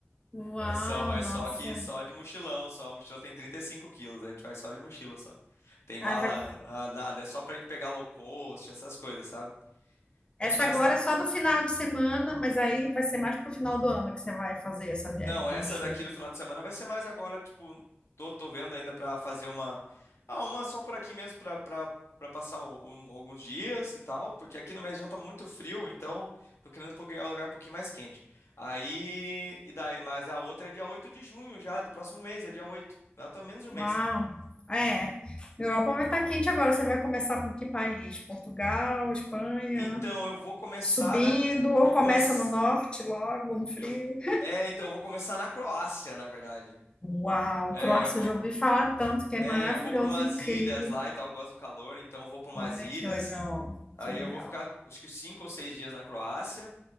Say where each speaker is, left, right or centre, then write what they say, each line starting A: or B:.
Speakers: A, on the left; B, on the left.
A: Uau,
B: Mas só, mas
A: nossa.
B: só que só de mochilão, só. A mochila tem 35 quilos, a gente vai só de mochila, só. Tem mala,
A: Ai, vai-
B: ah, nada, é só pra gente pegar low cost, essas coisas, sabe?
A: Essa
B: A gente gasta,
A: agora é só do final de semana, mas aí vai ser mais pro final do ano que você vai fazer essa viagem
B: Não,
A: de
B: essa
A: mochila.
B: daqui do final de semana vai ser mais agora, tipo, tô, tô vendo ainda pra fazer uma, ah, uma só por aqui mesmo pra para para passar o- um- alguns dias e tal, porque aqui na minha região tá muito frio, então tô querendo pegar um lugar um pouquinho mais quente. Aí, e daí, mas a outra é dia 8 de junho já, do próximo mês, é dia oito, Ela tá menos de um mês.
A: Uau! É. Europa vai estar quente agora. Você vai começar por que país? Portugal, Espanha,
B: Então, eu vou começar
A: subindo,
B: na eu
A: ou
B: vou
A: começa
B: começar
A: no norte logo, no frio?
B: eu é, então eu vou começar na Croácia, na verdade.
A: Uau!
B: É,
A: Croácia,
B: eu vou.
A: eu já ouvi falar tanto que é
B: É,
A: maravilhoso,
B: eu vou para umas
A: incrível.
B: ilhas lá e tal, eu gosto do calor, então eu vou para umas
A: Olha
B: ilhas.
A: que legal,
B: Aí
A: que legal.
B: eu vou ficar acho que cinco ou seis dias na Croácia.